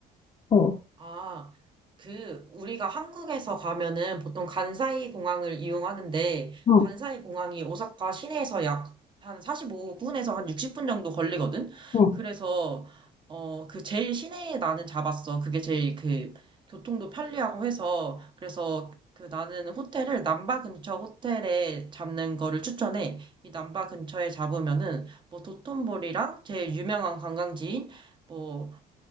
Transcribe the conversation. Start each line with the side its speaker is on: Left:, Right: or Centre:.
Left: 어,
Right: 아, 그, 우리가 한국에서 가면은 보통 간사이 공항을 이용하는데,
Left: 응,
Right: 간사이 공항이 오사카 시내에서 약 한 45분에서 한 60분 정도 걸리거든?
Left: 응.
Right: 그래서, 어, 그 제일 시내에 나는 잡았어. 그게 제일 그, 교통도 편리하고 해서, 그래서 그 나는 호텔을 남바 근처 호텔에 잡는 거를 추천해. 이 남바 근처에 잡으면은, 뭐 도톤보리랑 제일 유명한 관광지인, 뭐